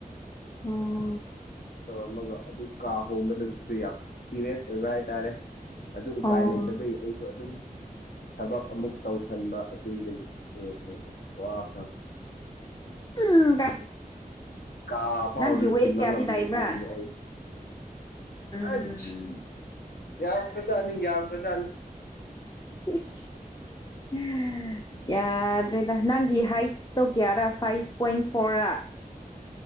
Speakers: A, on the left (about 25°); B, on the left (about 85°).
A: ꯍ‌ꯣ
B: ꯑꯃꯒ ꯑꯗꯨ ꯀꯥ ꯍꯣꯡꯕ ꯅꯨꯃꯤꯠꯇꯨ ꯌꯥꯝ ꯁꯤꯔꯤꯌꯁ ꯑꯣꯏꯕ ꯍꯥꯏꯇꯥꯔꯦ ꯑꯗꯨ ꯎꯄꯥꯏ
A: ꯑꯣ
B: ꯂꯩꯇꯕꯩ ꯑꯩꯁꯨ ꯑꯗꯨꯝ ꯊꯕꯛ ꯑꯃꯨꯛ ꯇꯧꯁꯤꯟꯕ ꯑꯗꯨꯗꯒꯤ ꯍ‌ꯦꯟꯅ ꯋꯥꯈꯔꯕ
A: ꯎꯝ
B: ꯑꯍꯝ ꯀꯥꯐꯥꯎ
A: ꯅꯪꯒꯤ
B: ꯂ‌ꯣꯏꯁꯤꯟꯕ
A: ꯋꯦꯠ ꯀꯌꯥꯗꯤ
B: ꯉꯝꯗꯔꯤꯁꯤꯅꯤ
A: ꯂꯩꯕ꯭ꯔꯥ
B: ꯑꯩ
A: ꯎꯝ
B: ꯑꯩꯁ ꯌꯥꯝ ꯐꯖꯥꯅꯤ ꯌꯥꯝ ꯐꯖꯥꯅꯤ
A: ꯏꯁ ꯑꯥ ꯌꯥꯗ꯭ꯔꯦꯗ ꯅꯪꯒꯤ ꯍꯥꯏꯠ ꯇꯣ ꯀꯌꯥꯔ ꯐꯥꯏꯚ ꯄꯣꯏꯟ ꯐꯣꯔ ꯔ